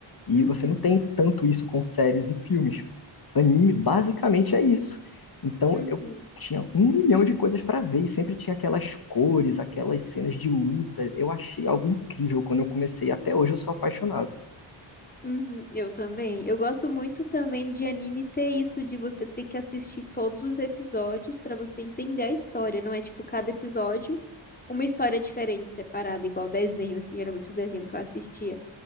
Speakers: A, on the left; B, on the left.
A: E
B: Uhum,
A: você não tem tanto isso com séries e filmes. Anime basicamente é isso. Então
B: uhum,
A: eu tinha um milhão de coisas para ver e sempre tinha aquelas cores, aquelas cenas de luta. Eu achei algo incrível quando eu comecei. Até hoje eu sou apaixonado.
B: uhum. Eu também. Eu gosto muito também de anime ter isso de você ter que assistir todos os episódios pra você entender a história. Não é tipo cada episódio uma história diferente, separada, igual desenho, assim, geralmente os desenhos que eu assistia.